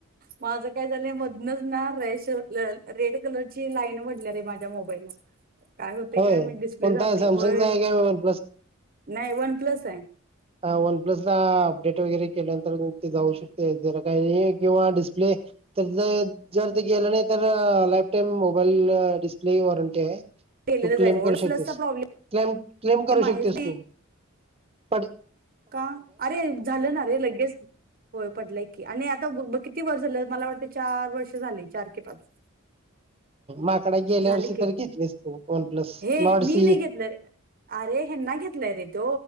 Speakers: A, on the right; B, on the right.
A: माझं काय झालं मधनच ना, राइश रेड कलरची लाईन पडल्या रे माझ्या मोबाईलला काय होते
B: होय
A: काय म्हण डिस्प्ले
B: कोणता
A: जाते
B: सॅमसंगचा
A: होय.
B: आहे काय वन
A: नाही वन प्लस आहे.
B: अ वन प्लसला अपडेट वगैरे केल्यानंतर <unintelligible> ते जाऊ शकते. ते तेला काही हे किंवा डिस्प्ले तर जर ते गेलं नाही तर लाईफ टाईम मो मोबाईल डिस्प्ले वॉरंटी आहे.
A: केलेलं
B: तू
A: जाईल
B: क्लेम
A: सोड
B: करू
A: प्लसचा
B: शकतेस
A: प्रॉब्लेम
B: क्लेम क्लेम करू
A: आहेच
B: शकतेस
A: नाही
B: तू पण
A: का अरे झालं ना रे लगेच होय पडलाय आणि आता किती वर्ष झालं मला वाटत चार वर्ष झाली चार क पाच.
B: माकड गेल्या
A: झाली
B: वर्ष इ
A: की
B: तरर घेतलीसतो वन प्लस
A: हे
B: नडस.
A: मी नाही घेतलं रे. अरे हेना घेतलंय रे ते